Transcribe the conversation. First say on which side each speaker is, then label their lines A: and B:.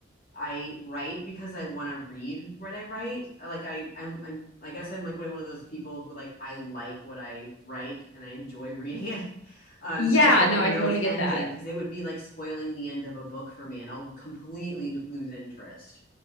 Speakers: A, on the left; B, on the left.
A: I write because I want to read what I write. uh, Like I, I'm, I'm, I guess I'm like one of those people who like I like what I write and I enjoy <laughs> reading it. Um,
B: yeah,
A: so I don't
B: no,
A: want
B: I
A: to know
B: totally
A: the
B: get
A: ending
B: that.
A: because it would be like spoiling the end of a book for me, and I'll completely lose interest.